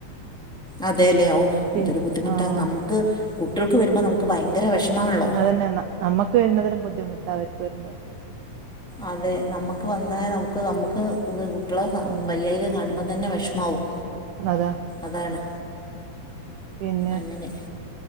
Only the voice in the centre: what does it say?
അതെ ല്ലെ ഓ
എന്തൊരു ബുദ്ധിമുട്ടാ
നമുക്ക് കുട്ട വരുമ്പോ നമുക്ക് ഭയങ്കര വിഷമാണല്ലോ
അതെ നമുക്ക് വന്നാൽ നമുക്ക് നമുക്ക് ഇത് കുട്ടികളെ
വൈയായിക കാണുമ്പോം തന്നെ വിഷമാവും
അതാണ്
അങ്ങനെ